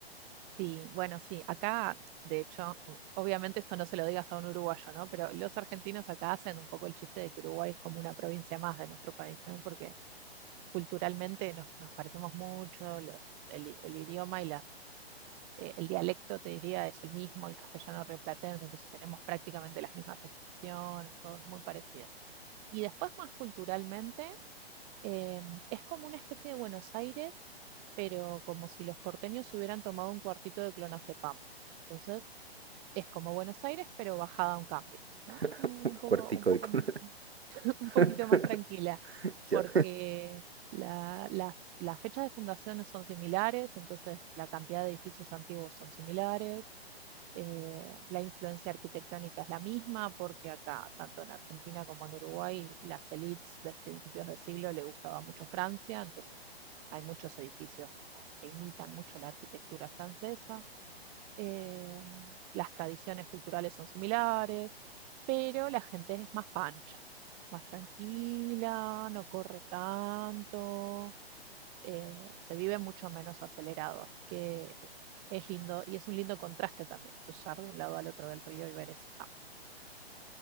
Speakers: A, on the right; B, on the right.
A: Sí, bueno, sí, acá, de hecho, o- obviamente esto no se lo digas a un uruguayo, ¿no? Pero los argentinos acá hacen un poco el chiste de que Uruguay es como una provincia más de nuestro país, ¿no? Porque culturalmente nos, nos parecemos mucho, los, el, el idioma y las eh, el dialecto, te diría, es el mismo, el castellano rioplatense, entonces tenemos prácticamente las mismas expresiones, todo es muy parecido. Y después, más culturalmente, eh, es como una especie de Buenos Aires, pero como si los porteños se hubieran tomado un cuartito de clonazepam. Entonces, es como Buenos Aires, pero bajada a un cambio, ¿no?
B: <laughs>
A: Un poco,
B: cuartico
A: un poco,
B: de... col-
A: <laughs> un poquito
B: <laughs>
A: más tranquila, porque
B: Ya.
A: la- las, las fechas de fundación no son similares, entonces la cantidad de edificios antiguos son similares, eh, la influencia arquitectónica es la misma, porque acá, tanto en Argentina como en Uruguay, las élites de principios de siglo le gustaba mucho Francia, entonces hay muchos edificios como que imitan mucho la arquitectura francesa. Eh, las tradiciones culturales son similares, pero la gente es más pancha, más tranquila, no corre tanto eh, se vive mucho menos acelerado, así que es, es lindo y es un lindo contraste también cruzar de un lado al otro del río y ver ese campo.